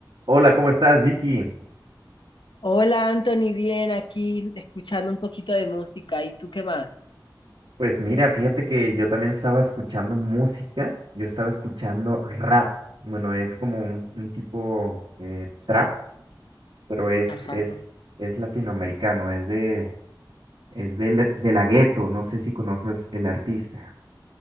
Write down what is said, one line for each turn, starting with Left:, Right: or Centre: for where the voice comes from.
Right: Hola, ¿cómo estás, Vicky?
Left: Hola Anthony, bien aquí escuchando un poquito de música. ¿Y tú qué más?
Right: Pues mira, fíjate que yo también estaba escuchando música, yo estaba escuchando rap. Bueno, es como un, un tipo eh, trap, pero es,
Left: Ajá.
Right: es, es latinoamericano, es de, es de, la- de la Ghetto, no sé si conoces el artista.